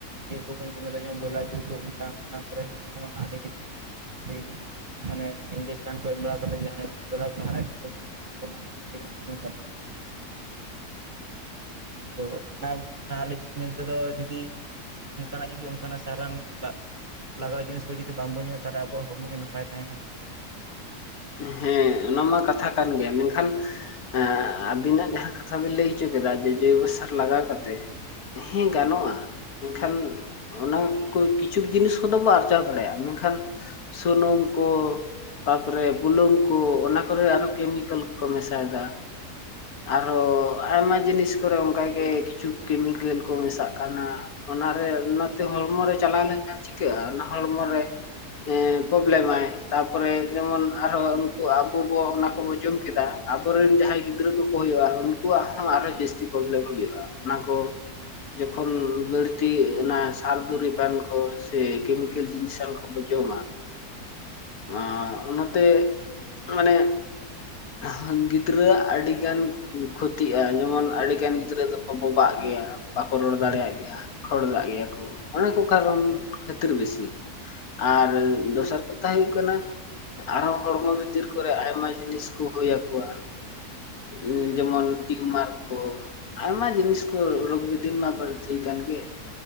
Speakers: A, on the right; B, on the left.
A: ᱡᱤᱞ ᱠᱚᱵᱚᱱ ᱡᱚᱢ ᱮᱫᱟ ᱡᱚᱢ ᱵᱷᱚᱨ ᱞᱟᱡ ᱡᱤᱞ ᱠᱚ <inaudible> ᱚᱱᱟ ᱠᱚᱨᱮ ᱦᱚᱸ ᱟᱹᱰᱤ ᱠᱤᱪᱷᱩ ᱥᱟᱦᱨᱟᱣ <unintelligible> ᱢᱟᱱᱮ ᱤᱧᱡᱮᱠᱥᱳᱱ ᱠᱚ ᱮᱢ ᱵᱟᱲᱟ ᱠᱟᱛᱮ ᱡᱟᱦᱟᱸ ᱵᱚᱭᱞᱟᱨ ᱠᱚ ᱥᱟᱭᱮᱫ ᱠᱚᱛᱮ ᱵᱚᱱ ᱡᱚᱢᱮᱫ ᱠᱚᱣᱟ ᱚᱱᱟ ᱠᱚᱛᱮ ᱟᱹᱰᱤ ᱜᱟᱱ ᱦᱚᱲᱢᱚ ᱵᱟᱹᱲᱤᱡᱚᱜᱼ ᱟᱫᱚ ᱚᱱᱟ ᱚᱱᱟ ᱟᱹᱞᱤᱧᱟᱜ ᱢᱮᱱ ᱛᱮᱫᱚ ᱟᱹᱰᱤᱫᱤᱱ ᱚᱱᱠᱟᱱᱟᱜ ᱡᱩᱫᱤ ᱚᱱᱠᱟᱱᱟᱜ ᱥᱟᱨᱟᱱ ᱞᱟᱜ- ᱞᱟᱜᱟᱣ ᱡᱤᱱᱤᱥ ᱠᱚ ᱡᱩᱫᱤ ᱵᱟᱝ ᱵᱚᱱ ᱧᱩᱛᱟᱨᱟᱜᱼᱟ, ᱟᱵᱳᱣᱟᱜ ᱦᱚᱲᱢᱚ ᱜᱮ ᱱᱟᱯᱟᱭ ᱛᱟᱦᱮᱸᱱᱟ᱾
B: ᱦᱮᱸ ᱚᱱᱟ ᱢᱟ ᱠᱟᱛᱷᱟ ᱠᱟᱱ ᱜᱮᱭᱟ ᱢᱮᱱᱠᱷᱟᱱ ᱦᱮᱸ ᱟᱹᱵᱤᱱᱟᱜ ᱡᱟᱦᱟᱸ ᱠᱟᱛᱷᱟ ᱵᱤᱱ ᱞᱟᱹᱭ ᱦᱚᱪᱚ ᱠᱮᱫᱟ ᱡᱮ, ᱡᱳ ᱡᱳᱭ ᱵᱚᱥᱟᱨ ᱞᱟᱜᱟᱣ ᱠᱟᱛᱮ ᱦᱮᱸ ᱜᱟᱱᱚᱜᱼᱟ᱾ ᱢᱮᱸᱠᱷᱟᱱ ᱚᱱᱟ ᱠᱩᱭ ᱠᱤᱪᱷᱩᱠ ᱡᱤᱱᱤᱥ ᱠᱚᱫᱚ ᱵᱚ ᱟᱨᱡᱟᱣ ᱫᱟᱲᱮᱭᱟᱜᱼᱟ ᱢᱮᱱᱠᱷᱟᱱ, ᱥᱩᱱᱩᱢ ᱠᱚ ᱯᱚᱨᱮ ᱵᱩᱞᱩᱝ ᱠᱚ ᱚᱱᱟ ᱠᱚᱨᱮ ᱟᱨᱦᱚ ᱠᱮᱢᱤᱠᱮᱞ ᱠᱚᱠᱚ ᱢᱮᱥᱟᱭᱮᱫᱟ᱾ ᱟᱨᱦᱚ ᱟᱭᱢᱟ ᱡᱤᱱᱤᱥ ᱠᱚᱨᱮ ᱚᱸᱠᱟᱜᱮ ᱠᱤᱪᱷᱩᱠ ᱠᱮᱢᱤᱠᱮᱞ ᱠᱚ ᱢᱮᱥᱟᱜ ᱠᱟᱱᱟ, ᱚᱱᱟᱨᱮ ᱚᱱᱟᱛᱮ ᱦᱚᱲᱢᱚ ᱨᱮ ᱪᱟᱞᱟᱣ ᱞᱮᱱᱠᱷᱟᱱ ᱪᱤᱠᱟᱹᱜᱼᱟ, ᱚᱱᱟ ᱦᱚᱲᱢᱚ ᱨᱮ ᱦᱮᱸ ᱯᱚᱵᱮᱞᱮ ᱢᱟᱭ ᱛᱟᱯᱚᱨᱮ ᱡᱮᱢᱚᱱ ᱟᱨᱦᱚ ᱩᱱᱠᱩ ᱟᱵᱚ ᱵᱚ ᱚᱱᱟ ᱠᱚᱵᱚ ᱡᱚᱢ ᱠᱮᱫᱟ, ᱟᱵᱚᱨᱤᱱ ᱡᱟᱦᱟᱸᱭ ᱜᱤᱫᱽᱨᱟᱹ ᱠᱚᱠᱚ ᱦᱩᱭᱩᱜᱼᱟ, ᱩᱱᱩᱠ- ᱩᱠᱩᱣᱟᱜ ᱦᱚᱸ ᱟᱨᱦᱚᱸ ᱡᱟᱹᱥᱛᱤ ᱯᱨᱚᱵᱚᱞᱚᱢ ᱦᱩᱭᱩᱜᱼᱟ, ᱚᱱᱟ ᱠᱚ ᱡᱚᱠᱷᱚᱱ ᱵᱟᱹᱲᱛᱤ ᱚᱱᱟ ᱥᱟᱨ ᱯᱩᱨᱤ ᱵᱟᱱ ᱠᱚ ᱥᱮ ᱠᱮᱢᱤᱠᱮᱞ ᱡᱤᱱᱤᱥ ᱟᱱ ᱠᱚᱵᱚ ᱡᱚᱢᱟ, ᱟᱸ ᱚᱱᱟᱛᱮᱜ ᱢᱟᱱᱮ ᱦᱟᱝ ᱜᱤᱫᱽᱨᱟᱹ ᱟᱜ ᱟᱹᱰᱤᱜᱟᱱ ᱠᱷᱩᱛᱤᱜᱼᱟ, ᱡᱮᱢᱚᱱ ᱟᱹᱰᱤᱜᱟᱱ ᱜᱤᱫᱽᱨᱟᱹ ᱫᱚᱠᱚ ᱵᱚᱵᱟᱜ ᱜᱮᱭᱟ᱾ ᱵᱟᱠᱚ ᱨᱚᱲ
A: ᱦᱮᱸ
B: ᱫᱟᱲᱮᱭᱟᱜ ᱜᱮᱭᱟ ᱠᱷᱚᱲᱫᱟᱜ ᱜᱮᱭᱟᱜ ᱠᱚ ᱚᱱᱟᱠᱚ ᱠᱟᱨᱚᱱ ᱠᱷᱟᱹᱛᱤᱨ ᱵᱮᱥᱤ᱾ ᱟᱨ ᱫᱚᱥᱟᱨ ᱠᱟᱛᱷᱟ ᱦᱩᱭᱩᱜ ᱠᱟᱱᱟ, ᱟᱨᱦᱚ ᱦᱚᱲᱢᱚ ᱵᱷᱤᱛᱤᱨ ᱠᱚᱨᱮ ᱟᱭᱢᱟ ᱡᱤᱱᱤᱥ ᱠᱚ ᱦᱩᱭ ᱭᱟᱠᱚᱣᱟ᱾ ᱩᱸ ᱡᱮᱢᱚᱱ ᱴᱤᱭᱩ ᱢᱟᱨ ᱠᱚ, ᱟᱭᱢᱟ ᱡᱤᱱᱤᱥ ᱠᱚ ᱨᱳᱜᱽ ᱵᱤᱫᱤᱱ ᱨᱮᱱᱟᱜ ᱵᱟᱹᱨᱫᱷᱤ ᱠᱟᱱ ᱜᱮ᱾